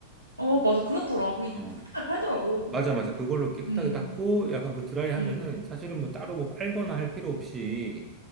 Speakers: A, on the right (about 85°); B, on the right (about 20°).
A: 어, 맞아. 그렇더라. 그게
B: 어,
A: 쿠팡에 팔더라고.
B: 맞아, 맞아. 그걸로 깨끗하게
A: 응.
B: 닦고, 약간 그 드라이 하면은,
A: 응.
B: 사실은 뭐 따로 뭐 빨거나 할 필요 없이,